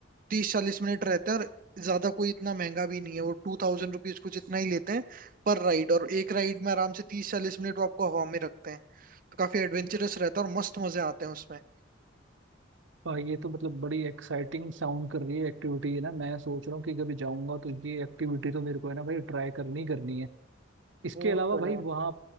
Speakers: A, on the right; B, on the right.
A: तीस चालीस मिनट रहते हैं और ज्यादा कोई इतना महंगा भी नहीं है वो टू थाउजेंड रुपीज कुछ इतना ही लेते हैं पर राइड और एक राइड में आराम से तीस चालीस मिनट वो आपको हवा में रखते हैं तो काफी एडवेंचरस रहता है और मस्त मजे आते हैं उसमें
B: आ, ये तो मतलब बड़ी एक्साइटिंग साउंड कर रही है एक्टिविटी है ना मैं सोच रहा हूँ कि कभी जाऊंगा तो ये एक्टिविटी तो मेरे को है ना भाई ट्राई करनी ही करनी है इसके
A: वो
B: अलावा
A: तो
B: भाई
A: है
B: वहाँ